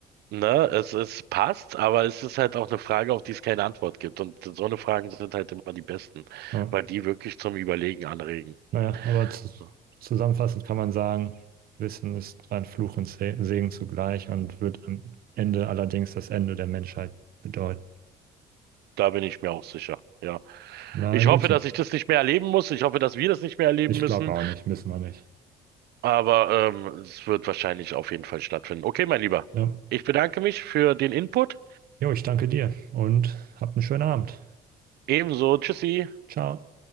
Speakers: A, on the right; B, on the right.
A: ne, es, es passt, aber es ist halt auch eine Frage, auf die es keine Antwort gibt. Und so eine Fragen sind halt immer die besten,
B: Ja.
A: weil die wirklich zum Überlegen anregen.
B: Naja, aber zu,
A: So.
B: zusammenfassend kann man sagen, Wissen ist ein Fluch und Se- Segen zugleich und wird am Ende allerdings das Ende der Menschheit bedeuten.
A: Da bin ich mir auch sicher. Ja.
B: Na,
A: Ich
B: Juti,
A: hoffe, dass ich das nicht mehr erleben muss. Ich hoffe, dass wir das nicht mehr erleben
B: ich
A: müssen.
B: glaube auch nicht, müssen wir nicht.
A: Aber ähm, es wird wahrscheinlich auf jeden Fall stattfinden. Okay, mein Lieber.
B: Ja.
A: Ich bedanke mich für den Input.
B: Jo, ich danke dir und habt einen schönen Abend.
A: Ebenso. Tschüssi.
B: Ciao.